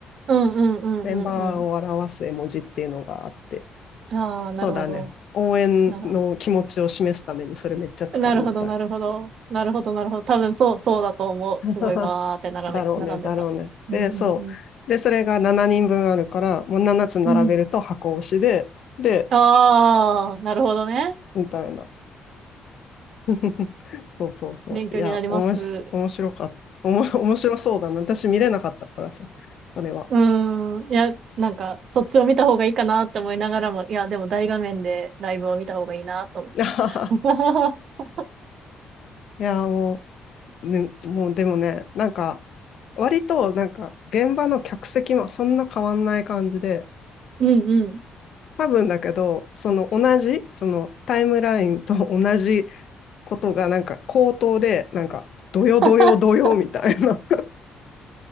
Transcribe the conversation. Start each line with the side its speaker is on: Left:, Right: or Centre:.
Right: うんうんうんうんう
Left: メンバーを表す絵文字っていうのがあって。
Right: ん。ああ、
Left: そうだね。
Right: なるほど。
Left: 応援の気持ちを示すためにそれめっちゃ使うみたい
Right: なるほど。なるほど、なるほど。なるほど、なるほど。多分そう、そうだと思う。
Left: な。<laughs>
Right: すごいバーって並べ、
Left: だろうね、
Right: 並んでた。
Left: だろうね。
Right: うん、
Left: で、そう。
Right: うん、
Left: で、それが7人分あるから、もう7つ並べると箱推しで、
Right: うん。うん。
Left: で、
Right: ああ、なるほどね。
Left: みたいな。<laughs> そうそうそう。
Right: 勉強になります。
Left: いや、おもし、面白かった。おも、<laughs> 面白そうだな。私見れなかったからさ、それは。
Right: うん。いや、なんか、そっちを見た方がいいかなって思いながらも、いや、でも大画面でライブを見た方がいいなと
Left: <laughs>
Right: 思う。
Left: いや、もう、ね、もうでもね、なんか、割となんか、現場の客席もそんな変わんない感じで、
Right: <laughs> うん、うん。
Left: 多分だけど、その同じ、そのタイムラインと同じことがなんか口頭で、なんか、どよどよどよみたいな。
Right: <laughs>